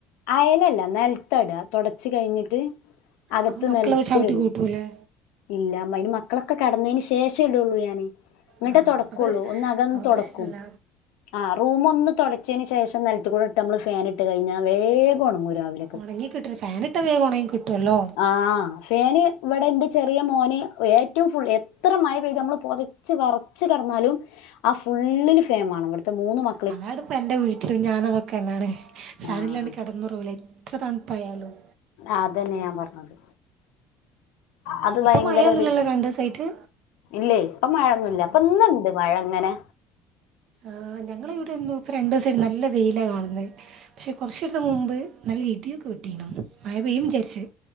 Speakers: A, on the left; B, on the right.
A: അയലല്ല നെൽത്തട്ക തൊടച്ച് കയിഞ്ഞിട്ട് അകത്ത്
B: അപ്പം മക്കളൊക്കെ
A: നെൽത്തിലിടും
B: ചവിട്ടി കൂട്ടൂലേ
A: ഇല്ല മ അയന് മക്കളൊക്കെ കെടന്നേന് ശേഷെ ഇടുള്ളൂ ഞാന് ന്നിട്ടേ
B: ആ
A: തൊടക്കുള്ളൂ
B: അപ്പം പ്രശ്
A: ഒന്ന് അകം
B: അപ്പം
A: തൊടക്കും
B: പ്രശ്നമില്ല
A: ആ റൂമൊന്നു തൊട ച്ചയിന് ശേഷം നെലത്ത്കൂടെ ഇട്ട് നമ്മള് ഫാനിട്ട് കഴിഞ്ഞ വേഗുണങ്ങൂ രാവി
B: ഒണങ്ങി കിട്ടരു ഫാനിട്ട വേഗം ഒണങ്ങി കിട്ടുല്ലോ
A: ആഹ് ഫാന് വിടെ എന്റെ ചെറിയ മോന് ഏറ്റവും ഫുൾ എത്ര മഴ പെയ്തു നമ്മള് പോത ച്ച് വെറച്ച് കെടന്നാലും ആ ഫുള്ളില് ഫാൻ വേണം ഇവിടുത്തെ മൂന്ന് മ
B: അതാണ് ഇപ്പ എൻ്റെ വീട്ടിലും ഞാന അതൊക്കെന്നാണ് ഫാനിലാണ്ട്
A: ആഹ്
B: കെടന്നുറങ്ങൂല എത്ര തണുപ്പായാലും
A: ആഹ് അതന്നെ ഞാൻ പറഞ്ഞത് അത്
B: ഇപ്പൊ
A: ഭയങ്കര
B: മഴൊന്നുല്ലല്ലോ
A: ഒരു
B: രണ്ടീസായിട്ട്
A: ഇല്ലേ ഇപ്പ മഴൊന്നുല്ല അപ്പൊ ഇന്നുണ്ട് മഴ ഇങ്ങനെ
B: ആ ഞങ്ങളിവടെന്ന് പ്പൊ രണ്ടോസായി നല്ല വെയിലാ കാണുന്നെ പക്ഷെ കുറച്ചിടത്ത് മുമ്പ് നല്ല ഇടിയൊക്കെ വെട്ടീനു മഴ പെയ്യുംന്ന് വിചാരിച്ചു